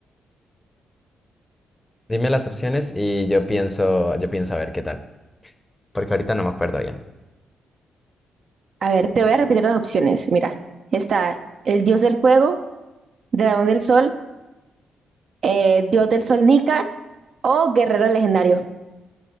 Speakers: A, on the left; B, on the right.
A: Dime las opciones y yo pienso, yo pienso a ver qué tal. Porque ahorita no me acuerdo bien.
B: A ver, te voy a repetir las opciones. Mira, está el dios del fuego, dragón del sol, eh, dios del sol Nika o guerrero legendario.